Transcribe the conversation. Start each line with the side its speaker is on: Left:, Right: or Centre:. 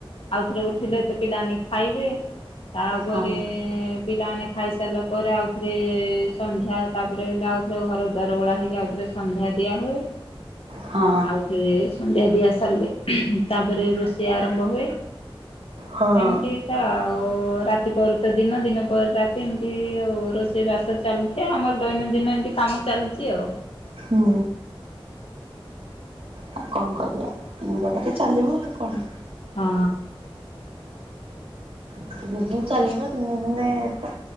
Left: ଆଉଥରେ ଉଠିଲେ ତ ପିଲାନି ଖାଇବେ ତାପରେଁ
Right: ହଁ
Left: ପିଲାମାନେ ଖାଇସାରିଲା ପରେ ଆଉଥରେ ସନ୍ଧ୍ୟା ତାପରେ ହେଲେ ଆଉଥରେ ଘର ଦ୍ୱାର ଓଳା ହୋଇଇକି ଆଉଥରେ ସନ୍ଧ୍ୟା ଦିଆହୁୁଏ
Right: ହଁ
Left: ଆଉଥରେ ସନ୍ଧ୍ୟା ଦିଆ ସାରିଲେ ତାପରେ ରୋଷେଇ ଆରମ୍ଭ ହୁଏ
Right: ହଁ
Left: ଏମିତି ତ ଆଉ ରାତି ପରେ ତ ଦିନ ଦିନ ପରେ ରାତି ଏମିତି ଆଉ ରୋଷେଇ ବାସ ଚାଲିଥାଏ ଆମର ଦୈନନ୍ଦିନ ଏମିତି କାମ ଚାଲିଛି ଆଉ
Right: ହୁଁ ଆଉ କଣ କରିବା ଏଇ ଜାଗାରେ ଚାଲିବ ଆଉ କଣ
Left: ହଁ
Right: ଦତିନି <unintelligible> ଦିନ ଚାଲିବ ଦିନେ ଦିନେ ତ